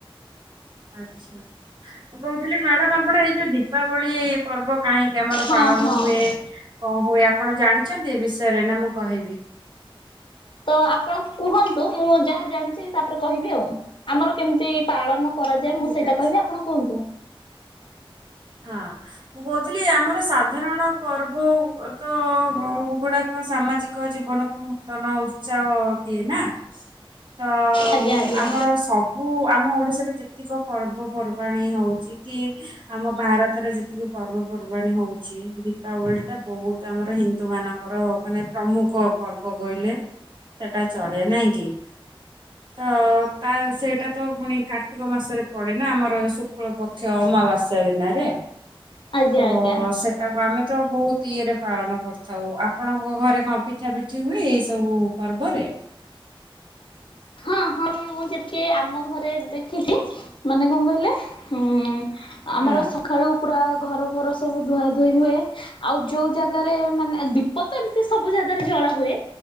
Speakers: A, on the right (about 55°); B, on the left (about 60°).
A: ଆଚ୍ଛା ମୁଁ କହୁଥିଲି ମ୍ୟାଡାମ ଆପଣ ଏଇ ଯଉ ଦୀପାବଳି ପର୍ବ କାହିଁକି ଆମର
B: ହଁ
A: ପାଳନ
B: ହଁ।
A: ହୁଏ କଣ ହୁଏ। ଆ ଆପଣ ଜାଣିଚନ୍ତି ଏ ବିଷୟରେ ନା ମୁଁ କହିବି?
B: ତ ଆପଣ କୁହନ୍ତୁ ମୁଁ ଯାହା ଜାଣିଚି, ତାପରେ କହିବି ଆଉ ଆମର କେମିତି ପାଳନ କରାଯାଏ
A: ଠିକ
B: ମୁଁ ସେଇଟା
A: ଅଛି।
B: କହିବି, ଆପଣ କୁହନ୍ତୁ।
A: ହଁ ମୁଁ କହୁଥିଲି ଆମର ସାଧାରଣ ପର୍ବ ତ ଅ ଗୁଡାକ ସାମାଜିକ ଜୀବନକୁ ନୂତନ ଉତ୍ସାହ ଦିଏ ନା। ତ
B: ଆଜ୍ଞା ଆଜ୍ଞା।
A: ଆମର ସବୁ ଆମ ଓଡିଶାରେ ଯେ ପ୍ରତେକ ପର୍ବପର୍ବାଣୀ ହଉଚ କି ଆମ ଭାରତରେ ଯେତିକି ପର୍ବପର୍ବାଣ ହଉଚି ଦୀପାବଳି ଟା ବହୁତ ଆମର ହିନ୍ଦୁ ମାନଙ୍କର ମାନେ ପ୍ରମୁଖ ପର୍ବ କହିଲେ ସେଟା ଚଳେ ନାଁ କିି ତ ତା ସେଇଟା ତ ପୁଣି କାର୍ତ୍ତିକ ମାସରେ ପଡେ ନା ଆମର ଶୁକ୍ଳ ପକ୍ଷ ଅମାବାସ୍ୟା ଦିନରେ <unintelligible>
B: ଆଜ୍ଞା
A: ତ
B: ଆଜ୍ଞା
A: ସେଟାକୁ ଆମେ ତ ବୋହୁତ ଇଏରେ ପାଳନ କରିଥାଉ ଆପଣଙ୍କ ଘରେ କଣ ପିଠା ପିଠି ହୁଏ ଏଇ ସବୁ ପର୍ବରେ
B: ହଁ ହଁ ମୁଁ ଯେତିକି ଆମ ଘରେ ଦେଖିଚି ମାନେ କଣ କହିଲେ ଉଁ ଆମର
A: ହଁ
B: ସକାଳୁ ପୁରା ଘର ଫର ସବୁ ଧୁଆ ଧୁୋଇ ହୁଏ ଆଉ ଯୋଉ ଜାଗାରେ ମାନେ ଦୀପ ତ ଏମିତି ସବୁ ଜାଗାରେ ଜଳା ହୁଏ